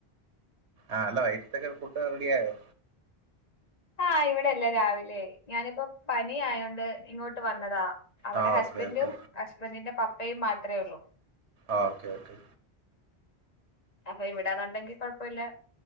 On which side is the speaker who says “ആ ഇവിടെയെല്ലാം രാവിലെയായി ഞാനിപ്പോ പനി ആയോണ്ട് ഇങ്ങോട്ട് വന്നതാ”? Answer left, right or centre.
Left